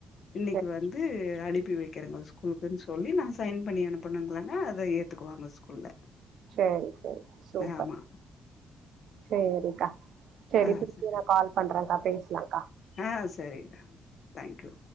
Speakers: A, on the left; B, on the right.
A: இன்னைக்கு
B: சேரி
A: வந்து அனுப்பி வைக்கிறங்க ஸ்கூலுக்கு சொல்லி நா சைன் பண்ணி அனுப்புனங்களங்க அத எத்துக்குவாங்க ஸ்கூல்ல
B: சேரி சேரி சூப்பர்
A: ஆமா
B: சேரிக்கா சேரி
A: ஆ
B: திருப்பியு
A: சரி
B: நா கால் பண்றே கா பேஸ்லா
A: ஆ சேரி தேங்க்யூ